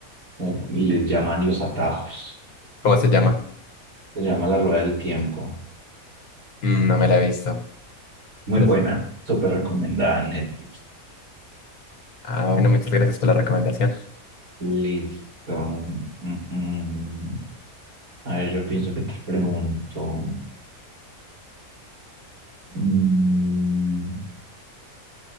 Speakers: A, on the right; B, on the left.
A: o- y les llaman los atajos.
B: ¿Cómo se llama?
A: Se llama La Rueda del Tiempo.
B: Mm, no me la he visto.
A: Muy
B: Pero
A: buena,
B: es-
A: súper recomendada en Netflix.
B: Ah, bueno, muchas gracias por la recomendación.
A: Listo. Mm, mm. A ver, yo pienso que te pregunto. Mm,